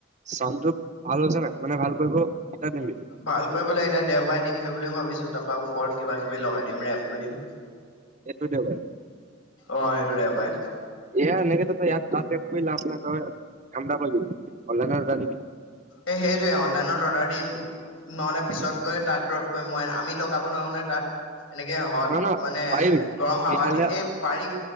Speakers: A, on the right (about 40°); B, on the left (about 85°).
A: চাননৰুপ ভাল আ, হৈছে ন মানে ভাল কৰিব। কেতিয়া দিবি
B: ভাল কৰিবলৈ এতিয়া দেওবাৰে দিমগে বুলি ভাবিছো। তাৰ পৰা ওপৰত কিবা- কিবি লগাই দিম, ৰেপ কৰি দিম।
A: এইটো দেওবাৰে।
B: অ, এইটো দেওবাৰে।
A: এয়া নেকি ত তই ইয়াত ততে কলা আপোনাক কামটা কৰিল অনলাই জানিবি।
B: এ সেইটোৱে অনলাইনত অৰ্ডাৰ দিম। নহ'লে পিছত গৈ তাত ড্ৰপ কৰিম। মই আমি লগাব নোৱাৰো নাই তাত। এনেকে হত
A: নহয় নহয়
B: মানে
A: পাৰিবি
B: গৰম হাৱাদি।
A: নহলে
B: এই পাৰি